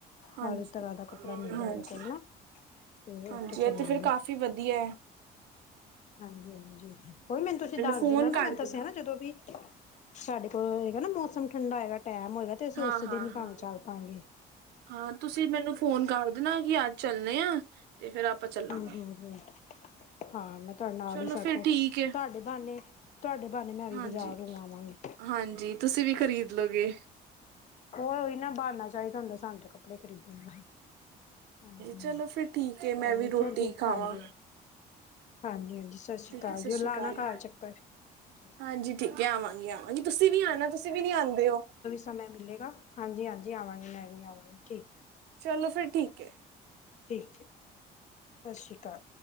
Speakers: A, on the right (about 80°); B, on the left (about 45°).
A: ਹਾਂਜੀ
B: ਹਰ ਤਰ੍ਹਾਂ ਦਾ ਕੱਪੜਾ ਮਿਲਦਾ
A: ਹਾਂਜੀ
B: ਉਹਦੇ ਕੋਲ ਨਾ ਤੇ
A: ਹਾਂਜੀ
B: ਉੱਥੇ ਚੱਲਾਂਗੇ।
A: ਇਹ ਤੇ ਫਿਰ ਕਾਫ਼ੀ ਵਧੀਆ ਐ।
B: ਹਾਂਜੀ-ਹਾਂਜੀ ਕੋਈ ਮੈਨੂੰ ਤੁਸੀਂ ਦੱਸ
A: ਫੋਨ
B: ਦੇਣਾ ਨਾ,
A: ਕਰ
B: ਮੈਂ ਦੱਸਿਆ
A: ਦੇਣਾ
B: ਨਾ ਜਦੋਂ ਵੀ ਸਾਡੇ ਕੋਲ ਹੋਏਗਾ ਨਾ, ਮੌਸਮ ਠੰਡਾ ਹੋਏਗਾ, ਟੈਮ ਹੋਏਗਾ। ਤੇ ਅਸੀਂ
A: ਹਾਂ,
B: ਉਸੇ
A: ਹਾਂ,
B: ਦਿਨ ਹੀ
A: ਹਾਂ
B: ਭਾਵੇਂ ਚੱਲ ਪਾਂਗੇ।
A: ਹਾਂ, ਤੁਸੀਂ ਮੈਨੂੰ ਫੋਨ ਕਰ ਦੇਣਾ, ਕਿ ਅੱਜ ਚੱਲਣੇ ਆ ਤੇ ਫਿਰ ਚੱਲਾਂਗੇ
B: ਹਮ, ਹਮ, ਹਮ, ਹਾਂ, ਮੈਂ ਤੁਹਾਡੇ ਨਾਲ
A: ਚਲੋ
B: ਹੀ ਸਰਪ,
A: ਫਿਰ ਠੀਕ ਹੈ
B: ਤਾਡੇ ਬਹਾਨੇ, ਤੁਹਾਡੇ ਬਹਾਨੇ ਮੈਂ ਵੀ
A: ਹਾਂਜੀ
B: ਬਾਜ਼ਾਰ ਹੋ ਆਵਾਂਗੀ।
A: ਹਾਂਜੀ, ਤੁਸੀਂ ਵੀ ਖ਼ਰੀਦ ਲੋਗੇ‌।
B: ਉਹਹੀ ਨਾ ਬਹਾਨਾ ਚਾਹੀਦਾ ਹੁੰਦਾ, ਸਾਨੂੰ ਤ ਕੱਪ ਕੱਪੜੇ ਖਰੀਦਣ, ਹਾਂਜੀ,
A: ਚਲੋ ਫਿਰ ਠੀਕ ਹੈ ਮੈਂ
B: ਉਹ
A: ਵੀ
B: ਚਲ
A: ਰੋਟੀ
B: ਠੀਕ,
A: ਖਾਵਾਂ
B: ਹਾਂਜੀ ਹਾਂਜੀ-ਹਾਂਜੀ, ਸਸ਼ਿ ਸ਼ੀਕਾਲ
A: ਠੀਕ ਹੈ ਸਤਿ
B: ਜੀ,
A: ਸ਼੍ਰੀ
B: ਉਣ ਲਾਣਾ
A: ਅਕਾਲ
B: ਘਰ ਚੱਕਰ ਠੀਕ
A: ਹਾਂਜੀ, ਠੀਕ ਐ ਆਵਾਂਗੀ, ਆਵਾਂਗੀ, ਤੁਸੀਂ ਵੀ ਆਣਾ, ਤੁਸੀਂ ਵੀ ਨੀ ਆਂਦੇ ਔ।
B: ਸਮੇਂ ਮਿਲੇਗਾ, ਹਾਂਜੀ-ਹਾਂਜੀ, ਆਵਾਂਗੀ ਮੈਂ ਵੀ ਆਵਾਂਗੀ ਠੀਕ।
A: ਚਲੋ, ਫਿਰ ਠੀਕ ਐ।
B: ਠੀਕ ਐ, ਸਸ਼ਿ ਸ਼ੀਕਾਲ।